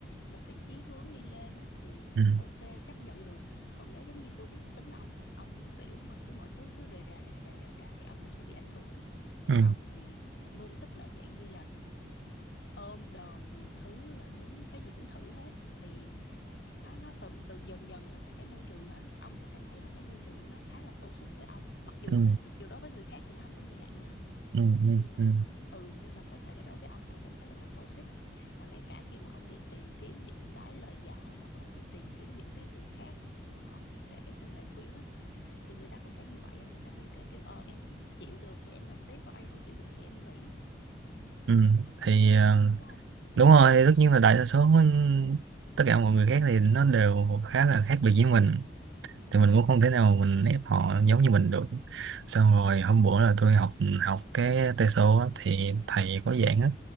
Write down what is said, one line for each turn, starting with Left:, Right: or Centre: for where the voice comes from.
Left: một cái chí hướng đi lên á thì
Right: ừ
Left: ok chấp nhận được còn nếu giống như tôi biết tính ông mà ông kiểu mà cứ mọi thứ cứ rề rà rề rà rề rà thì ông cũng sẽ bị ảnh hưởng tại
Right: ừ
Left: vì ông thì luôn thích là dạng như là ôm đồm nhiều thứ rồi muốn cái gì cũng thử hết thì nó nó tự từ dần dần á, thì cái môi trường đó ông sẽ cảm thấy là cái môi trường nó khá là toxic với ông mặc dù
Right: ừ
Left: mặc dù đối với người khác thì nó không có như vậy nha
Right: ừ ừ
Left: nhưng mà
Right: ừ
Left: ừ nhưng mà có thể là đối với ông thì ông cảm thấy là nó toxic và ngay cả khi mà ông đi tìm kiếm những cái lời giải hoặc là đi tìm kiếm những cái người khác mà họ để xin lời khuyên á thì người ta cũng sẽ như vậy à người ta sẽ kêu kêu ờ em chịu được thì em làm tiếp còn em không chịu được thì em nghỉ
Right: ừ. thì ờ,
Left: đúng không ừ
Right: đúng rồi tất nhiên là đại đa số tất cả mọi người khác thì nó đều khá là khác biệt với mình thì mình
Left: ừ
Right: cũng không thể nào mình ép họ giống như mình được xong rồi hôm bữa là tôi học học cái tê số á, thì thầy có giảng á